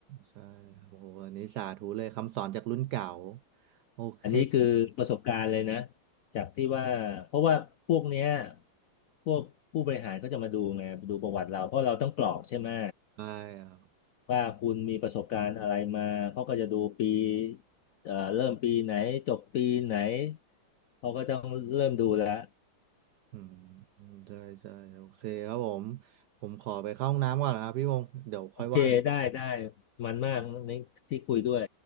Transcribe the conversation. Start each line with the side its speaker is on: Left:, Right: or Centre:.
Right: ใช่ครับโอ้โหอันนี้สาธุเลยคำสอนจากรุ่นเก่าโอเค
Left: อันนี้คือประสบการณ์เลยนะจากที่ว่าเพราะว่าพวกเนี้ยพวกผู้บริหารก็จะมาดูไงดูประวัติเราเพราะเราต้องกรอกใช่ไหม
Right: ใช่ครับ
Left: ว่าคุณมีประสบการณ์อะไรมาเขาก็จะดูปีเอ่อเริ่มปีไหนจบปีไหนเขาก็ต้องเริ่มดูแล้ว
Right: อืมใช่ใช่โอเคครับผมผมขอไปเข้าห้องน้ำก่อนนะครับพี่วงศ์เดี๋ยวค่อยว่ากัน
Left: โอเค ได้ ได้ มันมากนี่ที่คุยด้วย